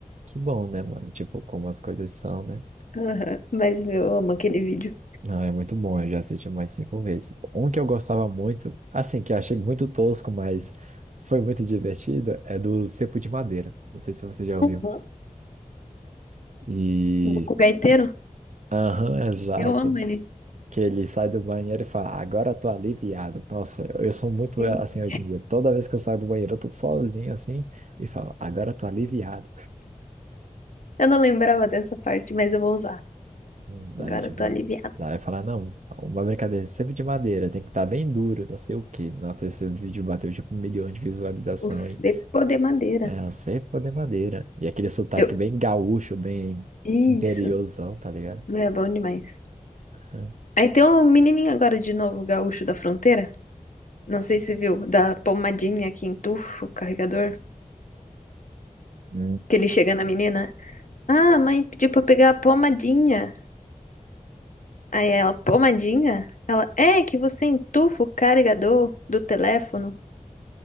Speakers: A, on the right; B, on the left.
A: Que bom, né, mano? Tipo, como as coisas são, né?
B: Aham. Mas meu, eu amo aquele vídeo.
A: Não, é muito bom, eu já assisti mais cinco vezes. Um que eu gostava muito, assim, que eu achei muito tosco, mas foi muito divertido, é do Cepo de Madeira. Não sei se você já ouviu.
B: Uhum.
A: E.
B: Gugu Gaiteiro?
A: Aham, exato.
B: Eu amo ele.
A: Que ele sai do banheiro e fala, agora eu tô aliviado. Nossa, eu eu sou muito
B: Sim.
A: assim hoje em dia. Toda vez que eu saio do banheiro, eu tô sozinho assim e falo, agora eu tô aliviado.
B: Eu não lembrava dessa parte, mas eu vou usar.
A: Hum, Daí,
B: Agora
A: tipo,
B: eu tô aliviada.
A: daí fala, não, uma brincadeira sempre de madeira, tem que estar bem duro, não sei o quê. Nossa, esse vídeo bateu tipo um milhão de visualizações
B: O cepo de madeira.
A: É, a cepa de madeira. E aquele sotaque
B: Eu...
A: bem gaúcho, bem
B: Isso.
A: interiorzão, tá ligado?
B: Meu, é bom demais.
A: É.
B: Aí tem um menininho agora de novo, gaúcho da fronteira. Não sei se viu, da pomadinha que entufa o carregador.
A: Hum.
B: Que ele chega na menina. Ah, a mãe pediu pra eu pegar a pomadinha. Aí ela, pomadinha? Ela, é que você entufa o carregador do teléfono.